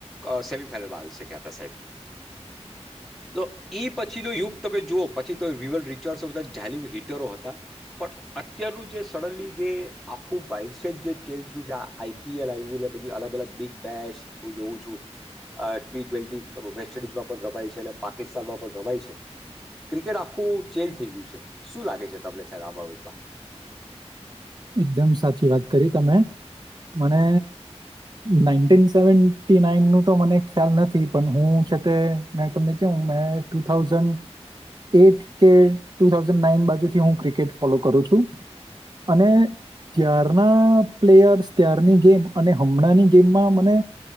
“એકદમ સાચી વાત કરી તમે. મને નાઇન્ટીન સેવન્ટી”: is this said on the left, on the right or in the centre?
Right